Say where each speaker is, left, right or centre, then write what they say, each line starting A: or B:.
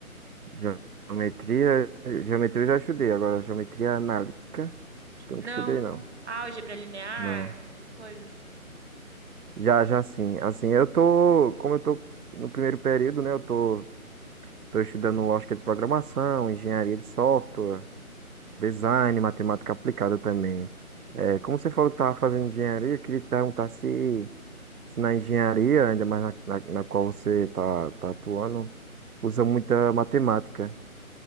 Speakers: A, on the right (about 75°); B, on the right (about 50°).
A: geometria. Geometria eu já estudei. Agora, geometria analítica. Acho que eu
B: Não.
A: nunca estudei, não.
B: Álgebra linear,
A: Não.
B: essas coisas.
A: Já, já sim. Assim, eu tô, como eu tô no primeiro período, né, eu tô, tô estudando lógica de programação, engenharia de software, design, matemática aplicada também. É, como você falou que estava fazendo engenharia, eu queria te perguntar se, se na engenharia, ainda mais na, na, na qual você tá, tá atuando, usa muita matemática.